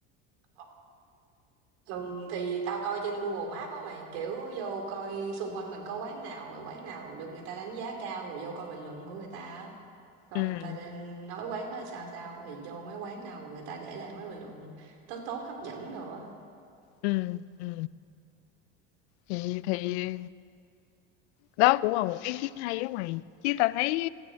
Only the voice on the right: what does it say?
Ờ, Thường thì tao coi trên Google Maps á mày, kiểu vô coi xung quanh mình có quán nào, rồi quán nào được người ta đánh giá cao, rồi vô coi bình luận của người ta á. Coi
người ta đang nói quán đó là sao sao, thì vô mấy quán nào mà người ta để lại mấy bình luận tốt tốt hấp dẫn đồ á.